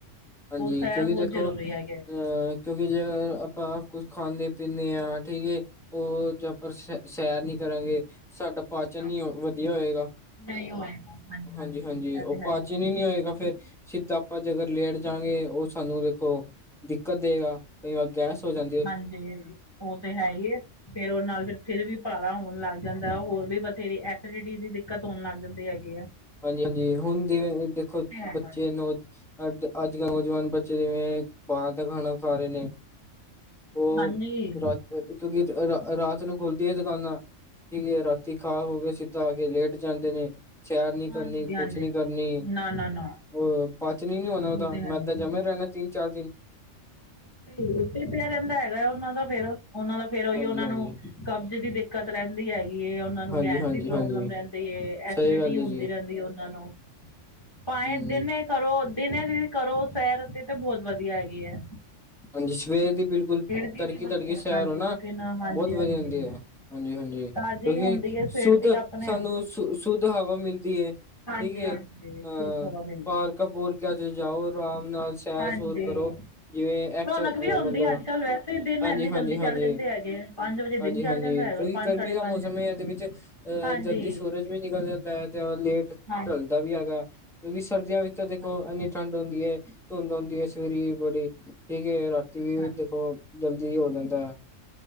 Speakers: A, in the centre; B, on the left.
A: ਹਾਂਜੀ
B: ਸੈਰ
A: ਕਿਉਂਕਿ
B: ਬਹੁਤ
A: ਦੇਖੋ
B: ਜ਼ਰੂਰੀ
A: ਅ
B: ਹੈਗੇ
A: ਕਿਉਂਕਿ ਜੇ ਆਪਾਂ ਕੁਛ ਖਾਂਨੇਂ ਪੀਂਨੇਂ ਆਂ, ਠੀਕ ਏ ਓ ਜੋ ਆਪਾਂ ਰ ਸੈ ਸੈਰ ਨੀ ਕਰਾਂਗੇ ਸਾਡਾ ਪਾਚਨ
B: ਹਾਂਜੀ
A: ਨੀ ਓ ਵਧੀਆ ਹੋਏਗਾ।
B: ਨਹੀਂ ਹੋਏਗਾ ਹਾਂਜੀ
A: ਹਾਂਜੀ-ਹਾਂਜੀ,
B: ਹਾਂਜੀ ਇਹ
A: ਓ
B: ਤਾਂ
A: ਪਾਚਨ
B: ਹੈਗਾ
A: ਈ ਨੀ ਹੋਏਗਾ। ਫਿਰ ਸਿੱਧਾ ਆਪਾਂ ਜੇ ਅਗਰ ਲੇਟ ਜਾਂਗੇ ਓ ਸਾਨੂੰ ਵੇਖੋ, ਦਿੱਕਤ ਦਏਗਾ। ਕਈ ਵਾਰ ਗੈਸ ਹੋ ਜਾਂ
B: ਹਾਂਜੀ, ਓ ਤੇ ਹੈ ਈ ਏ। ਫੇਰ ਓਰ ਨਾਲ ਫੇਰ ਸਿਰ ਵੀ ਭਾਰਾ ਹੋਨ ਲੱਗ ਜਾਂਦੈ। ਹੋਰ ਵੀ ਬਥੇਰੀ ਐਸੀਡਿਟੀ ਦੀ ਦਿੱਕਤ ਹੋਨ ਲੱਗ ਜਾਂਦੀ ਹੈਗੀ ਐ।
A: ਹਾਂਜੀ-ਹਾਂਜੀ ਹੁਨ ਦੇ ਦੇਖੋ
B: ਹੈਗਾ
A: ਬੱਚੇ ਨੂੰ ਅੱਜ, ਅੱਜ-ਕੱਲ ਨੌਜਵਾਨ ਬੱਚੇ ਜਿਵੇਂ ਬਾਹਰ ਦਾ ਖਾਨਾਂ ਖਾ ਰੇ ਨੇ। ਓ
B: ਹਾਂਜੀ
A: ਰੱ ਅ ਕਿਉਂਕਿ ਅ ਰਾ ਅ ਰਾਤ ਨੂੰ ਖੁਲਦੀ ਐ ਦਕਾਨਾਂ। ਠੀਕ ਏ, ਰਾਤੀ ਖਾ-ਖੂਕੇ ਸਿੱਧਾ ਆ ਕੇ ਲੇਟ ਜਾਂਦੇ ਨੇ, ਸੈਰ
B: ਹਾਂਜੀ
A: ਨੀ ਕਰਨੀ, ਕੁਛ
B: ਹਾਂਜੀ
A: ਨੀ ਕਰਨੀ
B: ਨਾ ਨਾ ਨਾ
A: ਓ ਪਾਚਨ ਈ ਨੀ ਹੋਨਾ ਓਦਾ।
B: ਉਹ ਤਾਂ ਹੈ
A: ਮੈਂਦਾ
B: ਹੀ
A: ਜਮਿਆ
B: ਹੈ
A: ਈ ਰੈਨੈ ਤਿੰਨ-ਚਾਰ ਦਿਨ।
B: ਤੇ ਓ ਓਥੇ ਈ ਪਿਆ ਰੇਂਦੈ ਹੈਗੈ। ਓਨਾਂ ਦਾ ਫੇਰ, ਓਨਾਂ ਦਾ ਫੇਰ ਓਈ
A: ਹਾਂਜੀ
B: ਓਨਾਂ
A: ਹਾਂਜੀ
B: ਨੂੰ ਕਬਜ ਦੀ ਦਿੱ ਕਤ ਰੈਂਦੀ ਹੈਗੀ ਏ। ਓਨਾਂ ਨੂੰ
A: ਹਾਂਜੀ
B: ਗੈਸ
A: ਹਾਂਜੀ
B: ਦੀ ਪ੍ਰੋਬਲਮ
A: ਹਾਂਜੀ
B: ਰੈਂਦੀ ਏ,
A: ਸਹੀ
B: ਐਸੀਡਿ
A: ਗੱਲ
B: ਟੀ ਹੁੰਦੀ
A: ਹੈ ਜੀ
B: ਰੈਂਦੀ ਏ ਓਨਾਂ ਨੂੰ, ਭਾਏਂ
A: ਹਮ
B: ਦਿਨੇ ਕਰੋ, ਦਿਨੇ ਵੀ ਕਰੋ ਸੈਰ ਤੇ, ਤੇ ਬੋਹੋਤ ਵਧੀਆ ਹੈਗੀ ਐ।
A: ਹਾਂਜੀ ਸਵੇਰ ਦੀ ਬਿਲ ਕੁਲ
B: ਦੀ
A: ਤੜਕੇ-ਤੜਕੇ
B: ਵੀ ਵਧੀਆ
A: ਸੈਰ
B: ਹਾਂਜੀ
A: ਹੋ ਨਾ
B: ਚਿਕਨ ਹਾਂਜੀ
A: ਬੋਤ ਵਧੀਆ
B: ਹਾਂਜੀ
A: ਰੈਂਦੀ ਐ, ਹਾਂਜੀ-ਹਾਂਜੀ।
B: ਤਾਜ਼ੀ
A: ਕਿਉਂਕਿ
B: ਹੁੰਦੀ ਹੈ ਸਵੇਰ
A: ਸੁੱਧ
B: ਦੀ ਆਪਣੇ
A: ਸਾਨੂੰ ਸੁੱ, ਸੁੱਧ ਹਵਾ ਮਿਲਦੀ ਏ।
B: ਹਾਂਜੀ
A: ਠੀਕ ਏ
B: ਹਾਂਜੀ ਸ਼ੁੱਧ
A: ਆਂ
B: ਹਵਾ ਮਿਲਦੀ
A: ਪਾਰ ਕਪੂਰ ਕਿਆ ਤੇ ਜਾਓ, ਅਰਾਮ ਨਾਲ ਸੈਰ-ਸੂਰ
B: ਹਾਂਜੀ
A: ਕਰੋ ਜਿਵੇਂ ਐਕਸ
B: ਰੌਣਕ
A: ਅ
B: ਵੀ ਹੁੰਦੀ
A: ਮਤਲਬ
B: ਅੱਜ ਕੱਲ੍ਹ ਵੈਸੇ ਦਿਨ
A: ਹਾਂਜੀ-ਹਾਂਜੀ-ਹਾਂਜੀ,
B: ਇੰਨੇ ਜਲਦੀ ਚੜ੍ਹ ਜਾਂਦੇ ਹੈਗੇ ਪੰਜ ਵਜੇ
A: ਹਾਂਜੀ-ਹਾਂਜੀ,
B: ਦਿਨ ਚੜ੍ਹ ਜਾਂਦਾ ਹੈਗਾ
A: ਫੇਰ ਓਈ
B: ਪੰਜ
A: ਗਰਮੀ
B: ਸਾਢੇ
A: ਦਾ
B: ਪੰਜ
A: ਮੌਸਮ ਜਮੇਂ ਐਦੇ ਅੱਜ ਵਿੱਚ ਅ
B: ਹਾਂਜੀ
A: ਜਲਦੀ ਸੋਰੇਜ ਵੀ ਨਿਕਲ ਜਾਂਦੈ ਤੇ ਹੋਨ ਲੇਟ
B: ਹਾਂਜੀ
A: ਢੱਲਦਾ ਵੀ ਹੈਗੈ ਕਿਉਂਕੀ ਸਰਦੀਆਂ ਵਿੱ ਚ ਦੇਖੋ
B: ਹਾਂਜੀ
A: ਐਂਨੀ ਠੰਡ ਹੂੰਦੀ ਏ, ਧੁੰਧ ਆਉਂਦੀ ਏ, ਸਵੇਰੇ ਈ ਬੜੀ। ਠੀਕ ਐ ਰਾ ਤੀ ਵੀ
B: ਹਾਂਜੀ
A: ਦੇਖੋ ਜਲਦੀ ਹੋ ਜਾਂਦਾ